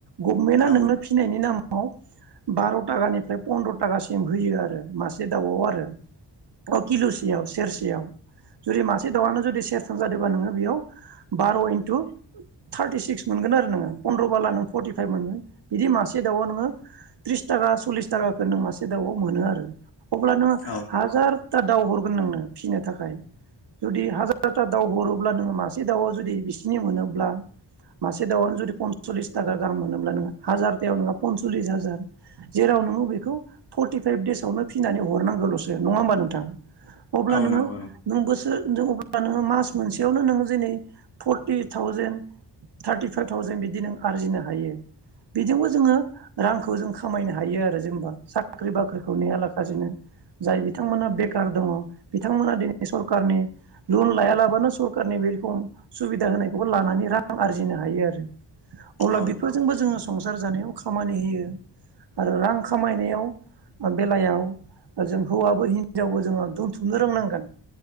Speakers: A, on the right (about 65°); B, on the left (about 55°).
A: गभनमेन्टा
B: औ
A: नोंनो फिसिनायनि नाम <unintelligible> बार टाकानिफ्राय पन्द्र टागासिम होयो आरो मासे दाउआव आरो औ किलुसेयाव सेरसेयाव जुदि मासे दाउआनो जुदि सेरथाम जादोंबा नोङो बेयाव बार इन्टु थार्टि सिक्स मोनगोन आरो नोङो फनन्द्र बाला नों फर्टिफाइफ मोनगोन बिदि मासे दाउआव नोङो ट्रिस टाका सललिस टाकाखो नों मासे दाउआव मोनो आरो अब्लानो
B: औ
A: हाजार टा दाउ हरगोन नोंनो फिसिनो थाखाय जुदि हाजारथा दाउ हरोब्ला नोङो मासे दाउआव जुदि बिसिनि मोनोब्ला मासे दाउनो जुदि पनसलिस थाखा गाहाम मोनोब्ला नोङो हाजारथायाव नोङो पनसलिस हाजार जेराव नोङो बेखौ फर्टिफाइभ देसावनो फिसिनानै हरनांगौलसो नङा होमबा नोंथां? अब्ला
B: औ
A: नोङो
B: नंगौ नंगौ
A: नों बोसो दङ अब्ला नोङो मास मोनसेयावनो नोङो जेने फर्टि थाउजेन थार्टिफाइफ थावजेन बिदि नों आरजिनो हायो। बेजोंबो जोङो रांखौ जों खामायनो हायो आरो जेनेबा साख्रि बाख्रिखौ नेयालाबासिनो जाय बिथांमोना बेखार दङ बिथांमोना दिनै सरखारनि लन लाया लाबानो स <unintelligible> सुबिदा होनायखौबो लानानै रां आरजिनो हायो आरो। अब्ला
B: औ
A: बेफोरजोंबो जोङो संसार जानायाव खामानि होयो आरो रां खामायनायाव बेलायाव जों हौवाबो हिनजावबो जोङो दोनथुमनो रोंनांगोन।